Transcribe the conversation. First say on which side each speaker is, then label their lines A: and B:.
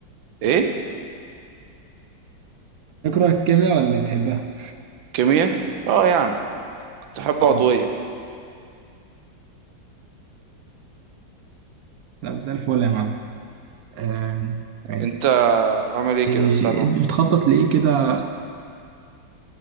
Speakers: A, on the right; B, on the right.
A: ايه
B: بتكره الكيمياء ولا بتحبها
A: كيمياء اه يعني كنت بحب
B: اه
A: عضوية
B: لا زي الفل يا معلم أم، تمام
A: انت عامل ايه
B: إيه
A: كده في الثانوي
B: أنت بتخطط لايه كده